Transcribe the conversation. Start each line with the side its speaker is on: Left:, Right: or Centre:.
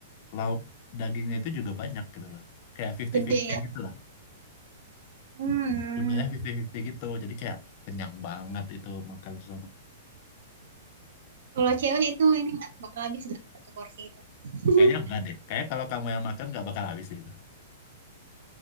Left: lauk dagingnya itu juga banyak gitu loh kayak 50-50
Right: gede ya
Left: gitu lah
Right: hmm.
Left: jumlahnya 50-50 gitu jadi kayak kenyang banget itu makan di sana
Right: kalau cewek itu ini nggak bakal habis nggak satu porsi itu <laughs>
Left: Kayaknya enggak deh. Kayak kalau kamu yang makan nggak bakal habis deh itu.